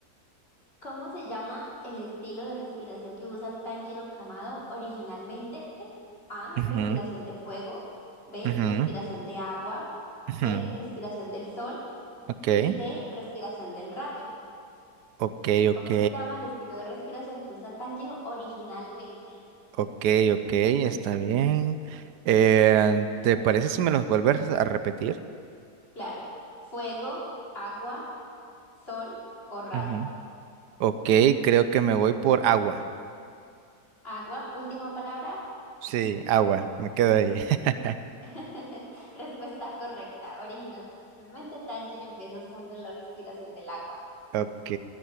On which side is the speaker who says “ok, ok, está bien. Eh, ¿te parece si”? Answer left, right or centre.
Right